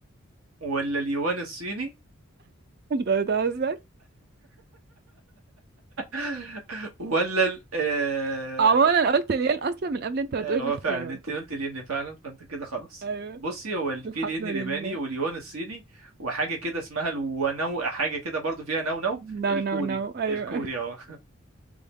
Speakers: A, on the right (about 90°); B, on the right (about 45°).
A: ولا اليوان الصيني
B: <laughs> انت بتهزر
A: <laughs> ولا ال... آه،
B: عموما انا قلت الين اصلا من قبل انت
A: آه،
B: ما تقول الاختيارات
A: هو فعلا انت قلت الين فعلا فانت كده خلاص
B: ايوه
A: بصي هو ال-
B: الحمد
A: في الين
B: لله
A: الياباني واليوان الصيني وحاجه كده اسمها الونو حاجه كده برضو فيها نو نو
B: نو
A: الكوري
B: نو نو ايوه
A: الكوري اه